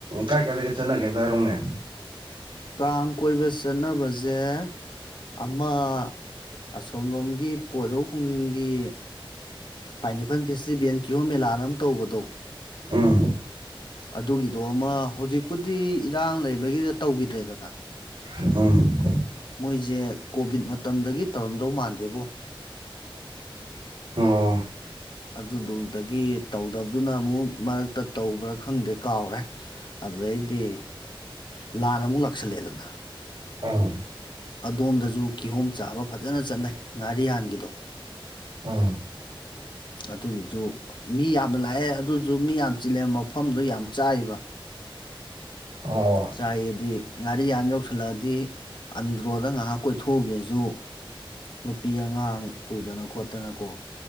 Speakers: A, on the right (about 60°); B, on the left (about 55°).
A: ꯀꯥꯏ ꯀꯥꯏꯗꯒ ꯆꯠꯅꯒꯦ ꯑꯝꯇ ꯍꯥꯏꯔꯛꯅꯦ
B: ꯀꯥꯡ ꯀꯣꯏꯕ ꯆꯠꯅꯕꯁꯦ ꯑꯃ ꯑꯣꯝꯂꯣꯝꯒꯤ ꯄꯣꯏꯔꯧ ꯈꯨꯝꯖꯪꯒꯤ ꯄꯥꯏꯅꯤꯄꯟ ꯐꯦꯁꯇꯤꯚꯦꯜ ꯀꯤꯍꯣꯝ ꯃꯦꯂꯥꯅ ꯑꯃ ꯇꯧꯕꯗꯣ
A: ꯎꯝ
B: ꯑꯗꯨꯒꯤꯗꯣ ꯑꯃ ꯍꯧꯖꯤꯛꯄꯨꯗꯤ ꯏꯔꯥꯡ ꯂꯩꯕꯒꯤꯗ ꯇꯧꯈꯤꯗ꯭ꯔꯦꯗꯅ
A: ꯑꯥ
B: ꯃꯣꯏꯁꯦ ꯀꯣꯚꯤꯠ ꯃꯇꯝꯗꯒꯤ ꯇꯧꯔꯝꯗꯧ ꯃꯥꯟꯗꯦꯕꯨ
A: ꯑꯣ
B: ꯑꯗꯨꯗꯣ ꯑꯒꯤ ꯇꯧꯗꯕꯗꯨꯅ ꯑꯃꯨꯛ ꯃꯔꯛꯇ ꯇꯧꯕ꯭ꯔꯥ ꯈꯪꯗꯦ ꯀꯥꯎꯔꯦ ꯑꯗꯨꯗꯩꯗꯤ ꯂꯥꯟꯅ ꯑꯃꯨꯛ ꯂꯥꯛꯁꯜꯂꯦ ꯑꯗꯨꯅ
A: ꯑꯥ
B: ꯑꯗꯣꯝꯗꯁꯨ ꯀꯤꯍꯣꯝ ꯆꯥꯕ ꯐꯖꯅ ꯆꯠꯅꯩ ꯉꯥꯔꯤꯌꯥꯟꯒꯤꯗꯣ
A: ꯎꯝ
B: ꯑꯗꯨꯒꯤꯁꯨ ꯃꯤ ꯌꯥꯝꯅ ꯂꯥꯛꯑꯦ ꯑꯗꯨꯁꯨ ꯃꯤ ꯌꯥꯝ ꯆꯤꯜꯂꯦ ꯃꯐꯝꯗꯨꯣ ꯌꯥꯝ ꯆꯥꯏꯕ <inaudible>
A: ꯑꯣ
B: ꯆꯥꯏꯌꯦꯗꯤ ꯉꯥꯔꯤ ꯌꯥꯟ ꯌꯧꯁꯜꯂꯛꯑꯗꯤ ꯑꯟꯗ꯭ꯔꯣꯗ ꯉꯥꯏꯍꯥꯛ ꯀꯣꯏꯊꯣꯛꯎꯒꯦꯁꯨ ꯅꯨꯄꯤ ꯑꯉꯥꯡ ꯄꯨꯗꯅ ꯈꯣꯠꯇꯅꯀꯣ